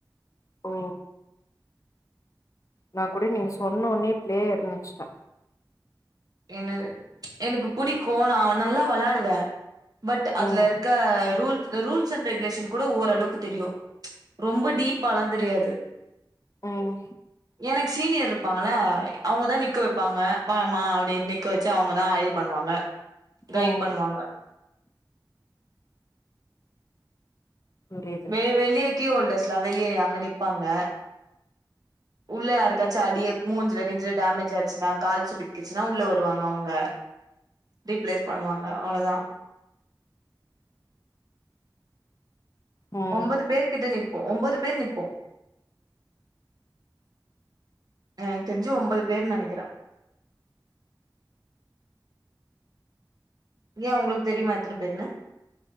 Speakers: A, on the left; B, on the right.
A: ஓ நா கூட நீங்க சொன்ன ஒன்னயே பிளேயர்ன் நெனைச்சுட்டே
B: என்னது எனக்கு புடிக்கு நா நல்லா விளாடுவே பட் அதுல
A: ம்
B: இருக்க ரூல்ஸ் ரூல்ஸ் அண்ட் ரெகுலேஷன் கூட ஓரளவுக்கு தெரியும் ரொம்ப டீப் அளாம் தெரியாது
A: உம்
B: எனக்கு சீனியர் இருப்பாங்கள அவங்க தா நிக்க வைப்பாங்க வாமா நி நிக்க வச்சு அவங்கதா ஆய்வு பண்ணுவாங்க கைட்
A: ம்
B: பண்ணுவாங்க
A: புரியுது
B: வே வெலிய கீ ஹோல்டர்ஸ்லா வெளியே அங்க நிப்பாங்க உள்ள யாருக்காச்சு அடியே மூஞ்சு கீஞ்சு டேமேஜ் ஆச்சுன்னா கால் சுலுக்கிச்சுன்னா உள்ள வருவாங்க அவங்க ரீப்ளேஸ் பண்ணுவாங்க அவ்ளோதா
A: ம்
B: ஒன்பது பேர் கிட்ட நிப் போ ஒன்பது பேர் நிப்போ எனக்கு தெரிஞ்சு ஒன்பது பேரு நினைக்கிற ஏ உங்களுக்கு தெரியுமா எத்தன பேருனு